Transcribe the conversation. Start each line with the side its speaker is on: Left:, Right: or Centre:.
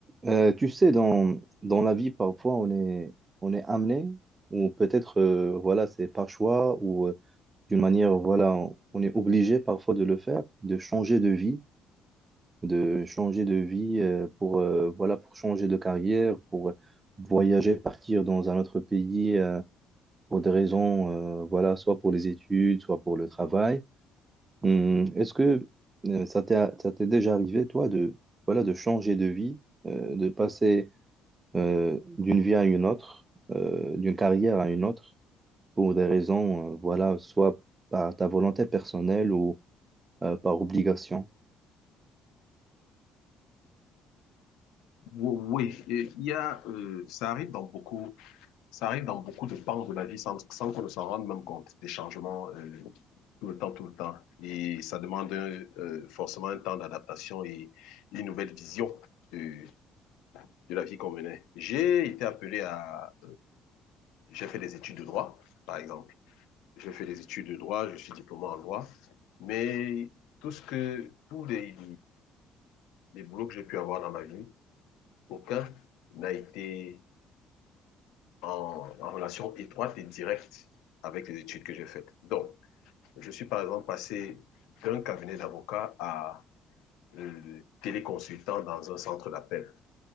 Right: Euh, tu sais, dans, dans la vie, parfois, on est, on est amené, ou peut-être, euh, voilà, c'est par choix, ou euh, d'une manière, voilà, on, on est obligé parfois de le faire, de changer de vie, de changer de vie euh, pour, euh, voilà, pour changer de carrière, pour voyager, partir dans un autre pays euh, pour des raisons, euh, voilà, soit pour les études, soit pour le travail. Hum, est-ce que euh, ça t'est, ça t'est déjà arrivé, toi, de, voilà, de changer de vie, euh, de passer euh, d'une vie à une autre, euh, d'une carrière à une autre, pour des raisons, euh, voilà, soit par ta volonté personnelle ou euh, par obligation.
Left: Ou- Oui, et il y a, euh, ça arrive dans beaucoup, ça arrive dans beaucoup de pans de la vie sans, sans qu'on ne s'en rende même compte, des changements euh, tout le temps, tout le temps. Et ça demande euh, forcément un temps d'adaptation et une nouvelle vision euh, de la vie qu'on menait. J'ai été appelé à, j'ai fait des études de droit, par exemple. J'ai fait des études de droit, je suis diplômé en droit, mais tout ce que, tous les, les boulots que j'ai pu avoir dans ma vie, aucun n'a été en, en relation étroite et directe avec les études que j'ai faites. Donc, je suis par exemple passé d'un cabinet d'avocat à euh, téléconsultant dans un centre d'appel.